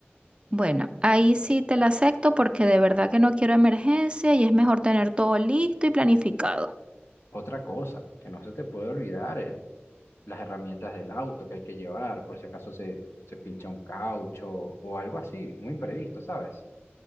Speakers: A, on the right; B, on the left.
A: Bueno, ahí sí te la acepto porque de verdad que no quiero emergencia y es mejor tener todo listo y planificado.
B: Otra cosa, que no se te puede olvidar, el- las herramientas del auto que hay que llevar por si acaso se, se pincha un caucho o algo así, muy imprevisto, ¿sabes?